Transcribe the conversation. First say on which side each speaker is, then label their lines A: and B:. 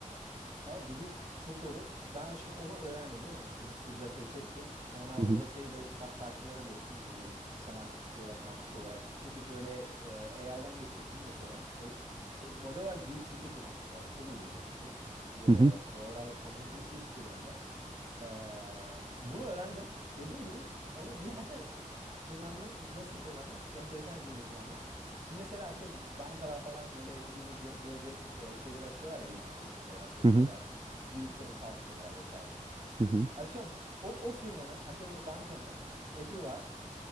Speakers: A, on the right; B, on the right.
A: Valla dediğin çok doğru. Ben o- şimdi onu öğrendim değil mi? İşte bir sürü datayı çektim. Sonra
B: Hı hı.
A: o datayı da ufak parçalara bölüp e, semantik olarak, mantıklı olarak çekip böyle e, AI'dan geçirdim mesela. O, o model olarak DeepSeek'i kullanmıştım bu arada. Çok ucuzdu çünkü. E,
B: Hı hı.
A: o aralarda <laughs> popülerleşmişti bir anda. E, bunu öğrendim. Dediğin gibi onu bir yerde Kullandım. Nasıl kullandım? Şu- enteresan bir şekilde kullandım. Şimdi mesela atıyorum bankalar falan böyle yeni gö- graduate e, şeyleri atıyorlar ya ilanları işte atıyorum
B: Hı hı.
A: ya da büyük kurumsal firmalar vesaire.
B: Hı hı.
A: Atıyorum o, o firmanın atıyorum o bankanın app'i var.